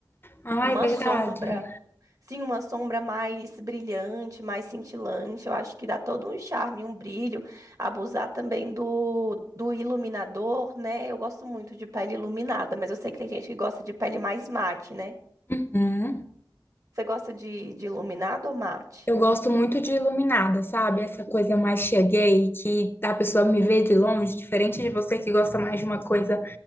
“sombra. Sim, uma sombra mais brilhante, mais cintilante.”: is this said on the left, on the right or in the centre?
Right